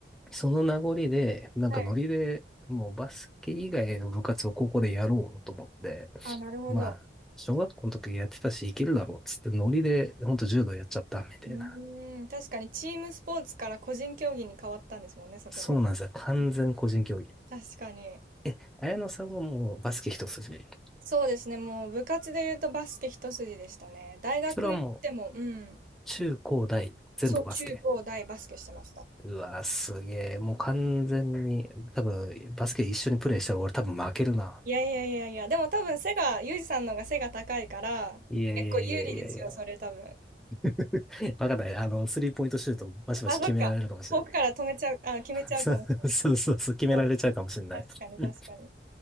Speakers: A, in the centre; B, on the right.
A: その名残で、なんかノリでもうバスケ以外の部活を高校でやろうと思って、
B: はい。あ、なるほど。
A: まあ、小学校の時やってたし、いけるだろうっつってノリで、ほんと柔道やっちゃったみたいな。
B: うーん、確かにチームスポーツから個人競技に変わったんですもんね、そこで。
A: そうなんですよ。完全個人競技。
B: えー確かに。
A: え、綾野さんはもうバスケ一筋。
B: そうですね、もう部活で言うとバスケ一筋でしたね。大学行っても、
A: それはもう
B: うん。
A: 中高大全部バスケ。
B: そう、中高大バスケしてました。
A: うわ、すげえ。もう完全に、多分、バスケ一緒にプレイしたら俺多分負けるな。
B: いやいやいやいや、でも多分背が、ユージさんの方が背が高いから、
A: いやいやいやいやいや。
B: 結構有利ですよ、それ多分。
A: <laughs> わかんない。あの、スリーポイントシュートバシバシ決められるかもしれない。
B: あ、そっか。遠くから止めちゃう、あ、決めちゃうかもし
A: <laughs> そうそうそうそう、決められちゃうかもしれない。
B: れない。確かに確かに。
A: <laughs>